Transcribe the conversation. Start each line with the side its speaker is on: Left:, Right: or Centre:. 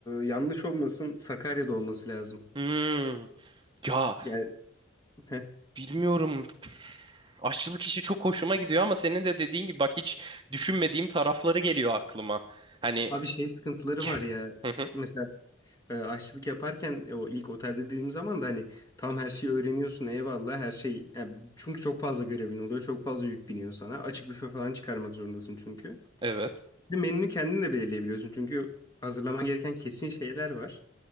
Left: yanlış olmasın Sakarya'da olması lazım.
Right: Hmm. Ya
Left: Yani <laughs>
Right: bilmiyorum. Aşçılık işi çok hoşuma gidiyor ama senin de dediğin gibi bak hiç düşünmediğim tarafları geliyor aklıma. Hani
Left: Abi şey sıkıntıları var
Right: <laughs>
Left: ya.
Right: Hı hı,
Left: Mesela e, aşçılık yaparken e, o ilk otelde dediğim zaman da hani tam her şeyi öğreniyorsun eyvallah her şey. Yani çünkü çok fazla görevin oluyor. Çok fazla yük biniyor sana. Açık büfe falan çıkarmak zorundasın çünkü.
Right: evet.
Left: Bir de menünü kendin de belirleyebiliyorsun. Çünkü hazırlaman gereken kesin şeyler var.